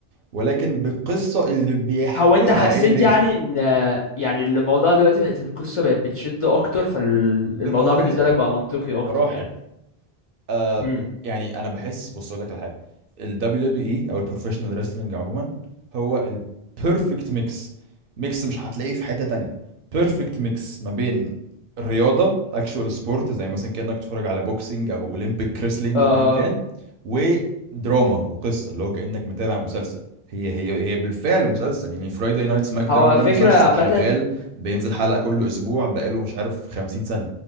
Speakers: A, on the right; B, on the left.
A: ولكن بالقصة اللي بيحكوها
B: هو انت حسيت
A: ان رينج
B: يعني ان يعني الموضوع دلوقتي بقت القصه بقت بتشد اكتر فالموضوع
A: بمراحل
B: بالنسبه لك بقى منطقي اكتر
A: بمراحل
B: يعني
A: آه
B: امم
A: يعني انا بحس بص اقول لك على حاجه ال WWE او البروفيشنال wrestling عموما هو البيرفكت ميكس ميكس مش هتلاقيه في حته تانية بيرفكت ميكس ما بين الرياضه actual sport زي مثلا كانك تتفرج على بوكسينج او اولمبيك كريسلينج
B: اه
A: او ايا كان
B: آه.
A: ودراما وقصه اللي هو كانك متابع مسلسل هي هي هي بالفعل مسلسل يعني فرايداي نايت سماك
B: هو
A: داون ده
B: فكره
A: مسلسل
B: عامه
A: شغال بينزل حلقه كل اسبوع بقاله مش عارف 50 سنه